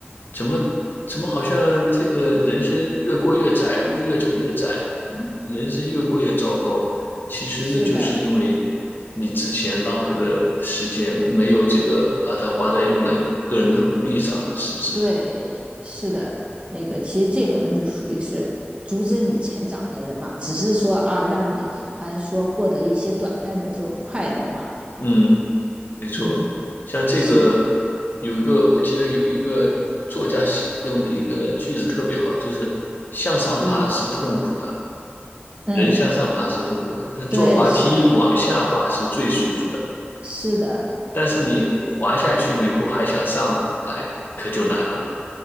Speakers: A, on the left; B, on the right.
A: 怎么怎么好像这个人生越过越窄，路越走越窄，人生越过越糟糕。其实那就是因为
B: 是的，
A: 你之前浪费了时间，没有这个把它花在用来个人的努力上，是不是？
B: 对，是的，那个其实这种人就属于是阻止你成长的人嘛，只是说啊，让你还说获得一些短暂的这种快乐嘛。
A: 嗯，没错，
B: 嗯，
A: 像这个
B: 是，
A: 有一个，我记得有一个作家写用的一个句子特别好，就是向上爬是痛苦的，
B: 嗯嗯。
A: 人向上爬是痛苦的，但坐滑梯往下滑是最舒服的。
B: 对，是的，是的，
A: 但是你滑下去了以后还想上来，可就难了。